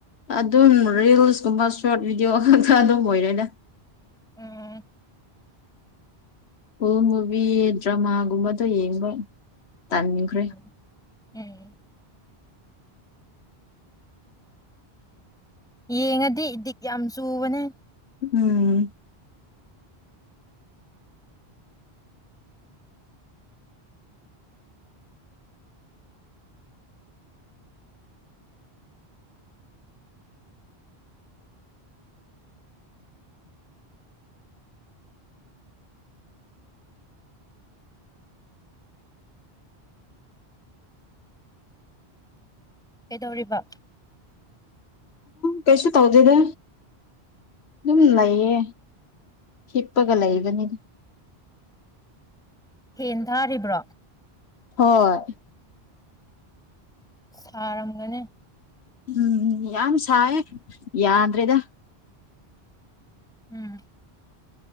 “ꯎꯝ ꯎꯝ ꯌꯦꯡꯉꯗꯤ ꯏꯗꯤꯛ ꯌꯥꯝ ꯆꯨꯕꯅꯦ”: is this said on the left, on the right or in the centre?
Centre